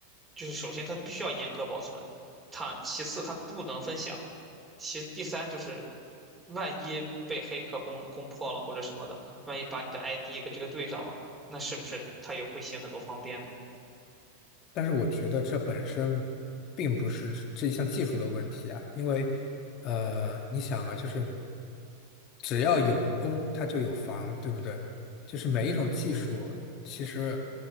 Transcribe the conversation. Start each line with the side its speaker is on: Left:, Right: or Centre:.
Right: 就是首先他必须要严格保存，他其次他不能分享，其第三就是万一被黑客攻攻破了或者什么的，万一把你的 ID 跟这个对上了，那是不是他也会行很多方便呢？
Left: 但是我觉得这本身并不是这这一项技术的问题啊，因为，呃，你想啊，就是只要有攻，它就有防，对不对？就是每一种技术，其实